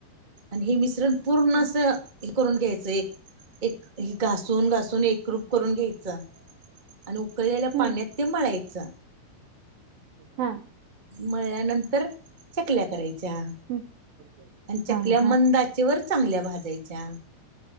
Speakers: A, on the right; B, on the right.
A: आणि हे मिश्रण पूर्ण
B: हम्म
A: अस हे करून घ्यायचं. एक एक घासून घासून एकरूप करून घ्यायच. आणि उ कळलेल्या
B: हम्म
A: पाण्यात ते मळायच.
B: हा
A: मळल्यानंतर चकल्या करायच्या.
B: हम्म,
A: चकल्या
B: हा हा
A: मंद आचे चे्वर चांगल्या भाजायच्या.